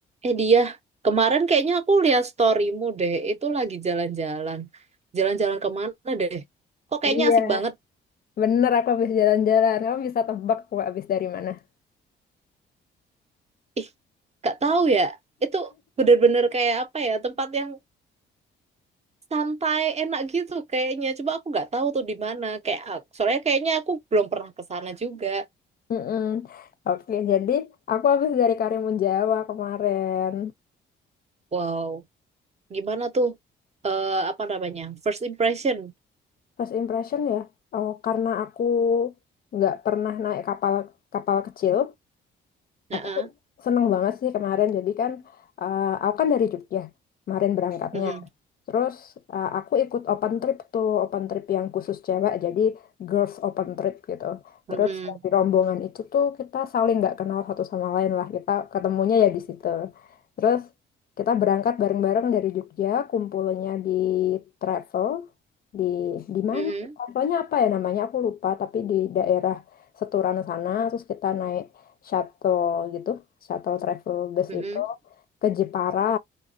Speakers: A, on the right; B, on the left.
A: Eh dia, kemarin kayaknya aku lihat storymu deh, itu lagi jalan-jalan. Jalan-jalan kemana deh? Kok kayaknya
B: Iya,
A: asik banget?
B: bener aku habis jalan-jalan. Kamu bisa tebak aku habis dari mana? <laughs>
A: Ih, gak tahu ya. Itu bener-bener kayak apa ya, tempat yang santai, enak gitu kayaknya. Coba aku nggak tahu tuh di mana. Kayak aku- soalnya kayaknya aku belum pernah ke sana juga.
B: Mm-mm. Oke, jadi aku habis dari Karimun Jawa kemarin.
A: Wow, gimana tuh? Eh apa namanya? First impression.
B: First impression ya, oh karena aku nggak pernah naik kapal kapal kecil,
A: Nah,
B: aku
A: ah.
B: seneng banget sih kemarin. Jadi kan, eh, aku kan dari Jogja kemarin berangkatnya.
A: Mm-mm.
B: Terus eh, aku ikut open trip tuh, open trip yang khusus cewek, jadi girls open trip gitu.
A: Mm-mm.
B: Terus di rombongan itu tuh kita saling nggak kenal satu sama lain lah, kita ketemunya ya di situ. Terus kita berangkat bareng-bareng dari Jogja, kumpulnya di travel, di di mana?
A: Mm-mm.
B: Travelnya apa ya namanya? Aku lupa, tapi di daerah Seturan sana. Terus kita naik shuttle gitu, shuttle travel bus
A: Mm-mm.
B: itu ke Jepara.